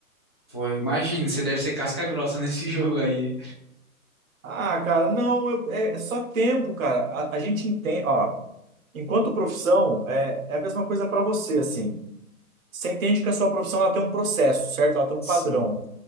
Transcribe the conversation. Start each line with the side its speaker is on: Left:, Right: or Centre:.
Left: pô, imagina, você deve ser casca grossa nesse <laughs> jogo aí.
Right: Ah, cara, não, eu- é, é só tempo, cara. A, a gente entende, ó, enquanto profissão, é, é a mesma coisa para você, assim. Você entende que a sua profissão ela tem um processo, certo? Ela tem um
Left: Sim,
Right: padrão.